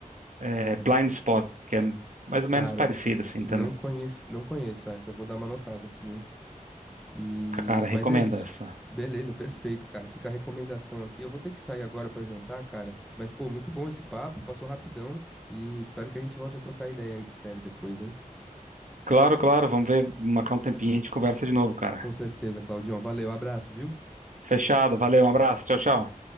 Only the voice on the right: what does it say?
é, Blind Spot, que é mais ou
menos parecida, assim,
também.
Cara, recomendo
essa.
Claro, claro, vamos ver, marcar um tempinho e a gente conversa de novo, cara.
Fechado, valeu, um abraço, tchau, tchau.